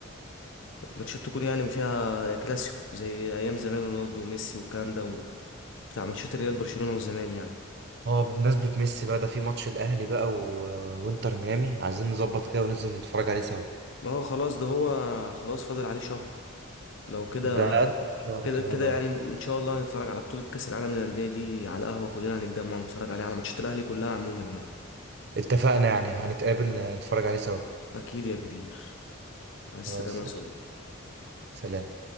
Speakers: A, on the left (about 65°); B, on the right (about 50°).
A: ماتشات تكون يعني فيها كلاسيكو زي أيام زمان رونالدو وميسي والكلام ده و- بتاع ماتشات الريال برشلونة وزمان يعني
B: اه بمناسبة ميسي بقى ده في ماتش الاهلي بقى و... وانتر ميامي عايزين نظبط كده وننزل نتفرج عليه سوا
A: ما هو خلاص ده هو خلاص فاضل عليه شهر لو كده
B: ده أقل من شهر
A: كده
B: كمان
A: كده
B: اه
A: يعني إن شاء الله هنتفرج على بطولة كأس العالم للأندية دي على القهوة كلنا هنتجمع ونتفرج عليها على ماتشات الأهلي كلها عموما يعني
B: اتفقنا يعني هنتقابل نتفرج عليه سوا
A: أكيد يا كبير مع السلامة
B: خلاص
A: يا صديقي
B: سلام